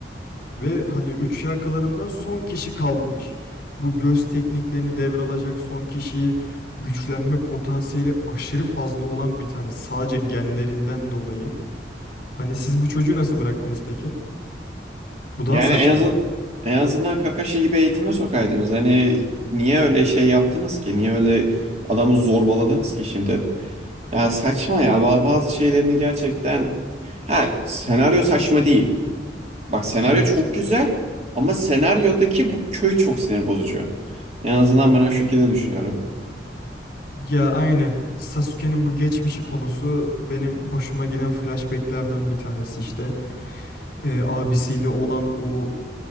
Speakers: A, on the left; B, on the right.
A: Ve hani üç Uchiha klanından son kişi kalmış. Bu göz tekniklerini devralacak son kişiyi güçlenme potansiyeli aşırı fazla olan bir tane. Sadece genlerinden dolayı. Hani siz bu çocuğu nasıl bıraktınız peki? Bu daha
B: Yani
A: saçma.
B: en azından en azından Kakashi gibi eğitime sokaydınız. Hani niye öyle şey yaptınız ki? Niye öyle adamı zorbaladınız ki şimdi? Ya saçma ya. Ba- Bazı şeylerini gerçekten ha senaryo saçma değil. Bak senaryo
A: Evet.
B: çok güzel ama senaryodaki bu köy çok sinir bozucu. En azından ben o şekilde düşünüyorum.
A: Ya aynen. Sasuke'nin bu geçmişi konusu benim hoşuma giden flashbacklerden bir tanesi işte. e, abisiyle olan o